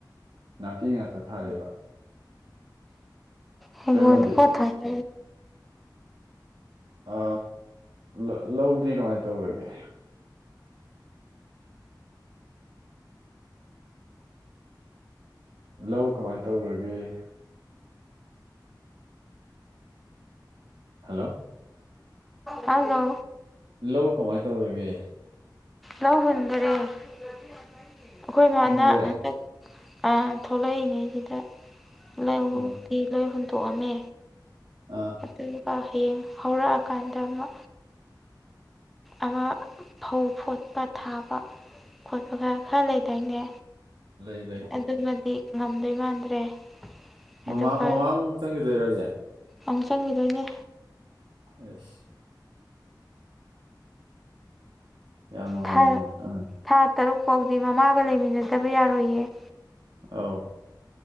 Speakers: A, on the right; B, in the centre.
A: ꯅꯥꯄꯤ ꯉꯥꯛꯇ ꯊꯥꯔꯤꯕ
B: ꯍꯤꯒꯣꯟꯗ
A: ꯀꯩꯅꯣꯗꯤ
B: ꯄꯣꯠ ꯊꯥ <inaudible>
A: ꯑ ꯂ ꯂꯧꯗꯤ ꯀꯃꯥꯏꯅ ꯇꯧꯔꯒꯦ ꯂꯧ ꯀꯃꯥꯏꯅ ꯇꯧꯔꯒꯦ ꯍꯜꯂꯣ
B: ꯍꯜꯂꯣ
A: ꯂꯧ ꯀꯃꯥꯏꯅ ꯇꯧꯔꯒꯦ
B: ꯂꯧ ꯍꯨꯟꯗꯔꯦ ꯑꯩꯈꯣꯏ ꯃꯥꯅ
A: ꯍꯨꯟꯈ꯭ꯔꯦ
B: ꯍꯟꯗꯛ ꯑ ꯊꯣꯛꯂꯛꯏꯉꯩꯗꯨꯗ ꯂꯧꯗꯤ
A: ꯎꯝ
B: ꯂꯣꯏ ꯍꯨꯟꯇꯣꯛꯑꯝꯃꯦ
A: ꯑꯥ
B: ꯑꯗꯨꯒ ꯍꯌꯦꯡ ꯍꯧꯔꯛꯑꯀꯥꯟꯗ ꯑꯃ ꯑꯃ ꯐꯧ ꯐꯣꯠꯄ ꯊꯥꯕ ꯈꯣꯠꯄꯗ ꯈꯔ ꯂꯩꯗꯥꯏꯅꯦ
A: ꯂꯩ ꯂꯩ
B: ꯑꯗꯨꯃꯗꯤ ꯉꯝꯗꯣꯏ ꯃꯥꯟꯗ꯭ꯔꯦ ꯑꯗꯨꯒ
A: ꯃꯃꯥ ꯃꯃꯥꯃꯨꯛ ꯆꯪꯈꯤꯗꯣꯏꯔꯣ ꯍꯥꯏꯖꯦ
B: ꯑꯃꯨꯛ ꯆꯪꯈꯤꯗꯣꯏꯅꯦ
A: ꯑꯁ ꯌꯥꯝ ꯅꯨꯡꯉꯥꯏ
B: ꯊꯥ
A: <unintelligible>
B: ꯊꯥ ꯇꯔꯨꯛ ꯐꯥꯎꯗꯤ ꯃꯃꯥꯒ ꯂꯩꯃꯤꯟꯅꯗꯕ ꯌꯥꯔꯣꯏꯌꯦ
A: ꯑꯥꯎ